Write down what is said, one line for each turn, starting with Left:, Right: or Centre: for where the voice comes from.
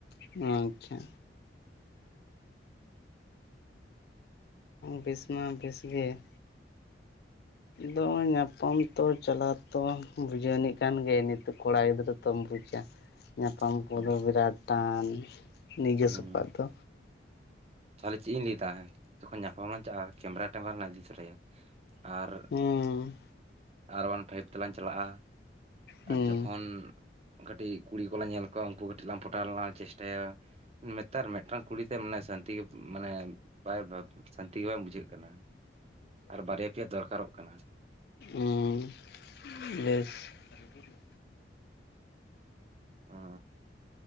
Left: ᱦᱮᱸ ᱟᱪᱪᱷᱟ ᱵᱮᱥ ᱢᱟ ᱵᱮᱥ ᱜᱮᱭᱟ᱾ ᱫᱚ ᱧᱟᱯᱟᱢ ᱛᱚ ᱪᱟᱞᱟᱣ ᱛᱚ ᱵᱩᱡᱷᱟᱹᱣᱱᱤᱡ ᱠᱟᱱ ᱜᱮ ᱱᱤᱛᱚᱜ ᱠᱚᱲᱟ ᱜᱤᱫᱽᱨᱟᱹ ᱛᱚᱢ ᱵᱩᱡᱟ
Right: <unintelligible>
Left: ᱧᱟᱯᱟᱢ ᱠᱚᱫᱚ
Right: ᱦᱩᱸ
Left: ᱵᱤᱨᱟᱴ ᱴᱟᱱ ᱱᱤᱡᱮᱥᱚᱯᱟᱜ
Right: ᱦᱩᱸ
Left: ᱫᱚ
Right: ᱛᱟᱦᱚᱞᱮ ᱪᱮᱫ ᱤᱧ ᱞᱟᱹᱭᱫᱟ ᱡᱚᱠᱷᱚᱱ ᱧᱟᱯᱟᱢ ᱞᱟᱝ ᱪᱟᱜᱼᱟ ᱠᱮᱢᱨᱟ ᱴᱮᱢᱨᱟ ᱞᱟᱝ ᱤᱫᱤ ᱛᱚᱨᱟᱭᱟ᱾ ᱟᱨ
Left: ᱦᱩᱸ
Right: ᱟᱨ ᱚᱣᱟᱱ ᱯᱷᱟᱭᱤᱵᱽ ᱛᱮᱞᱟᱝ ᱪᱟᱞᱟᱜᱼᱟ᱾
Left: ᱦᱩᱸ
Right: ᱟᱨ ᱡᱚᱠᱷᱚᱱ ᱠᱟᱹᱴᱤᱡ ᱠᱩᱲᱤ ᱠᱚᱞᱟᱝ ᱧᱮᱞ ᱠᱚᱣᱟ ᱩᱱᱠᱩ ᱠᱟᱹᱴᱤᱡ ᱞᱟᱝ ᱯᱚᱴᱟᱣ ᱨᱮᱱᱟᱜ ᱞᱟᱝ ᱪᱮᱥᱴᱟᱭᱟ᱾ ᱱᱮᱛᱟᱨ ᱢᱤᱫᱴᱟᱝ ᱠᱩᱲᱤ ᱛᱮ ᱢᱟᱱᱮ ᱥᱟᱱᱛᱤ ᱢᱟᱱᱮ ᱵᱟᱭ ᱥᱟᱱᱛᱤ ᱜᱮ ᱵᱟᱝ ᱵᱩᱡᱷᱟᱹᱜ ᱠᱟᱱᱟ᱾ ᱟᱨ ᱵᱟᱨᱭᱟ ᱯᱮᱭᱟ ᱫᱚᱨᱠᱟᱨᱚᱜ ᱠᱟᱱᱟ᱾
Left: ᱩᱸᱦ ᱵᱮᱥ <inaudible>
Right: ᱚ